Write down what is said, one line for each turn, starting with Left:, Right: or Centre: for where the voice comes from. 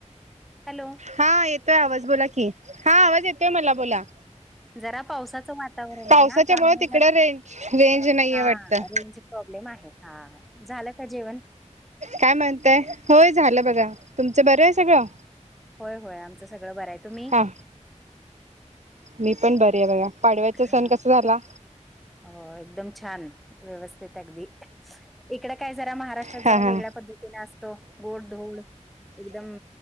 Centre: hello?
Right: हा येतोय आवाज बोला की, हा आवाज येतोय मला बोला.
Centre: जरा पावसाचं वातावरण हाय
Right: पावसाच्यामुळे
Centre: ना त्यामुळे
Right: तिकडं
Centre: झालं,
Right: रेंज रेंज नाहीये
Centre: हा
Right: वाटतं
Centre: रेंज प्रॉब्लेम आहे. हा. झालं का जेवण?
Right: काय म्हणते? होय झालं बघा, तुमचं बरं हे सगळं?
Centre: होय-होय आमचं सगळं बरं हाय. तुम्ही?
Right: हा मी पण बरी हे बघा, पाडव्याचा
Centre: हा
Right: सण कसा झाला?
Centre: हो एकदम छान, व्यवस्थित अगदी. इकडं काय जरा महारा ष्ट्रात
Right: हा
Centre: जरा
Right: हा
Centre: वेगळ्या पद्धतीने असतो, गोड-धोड एकदम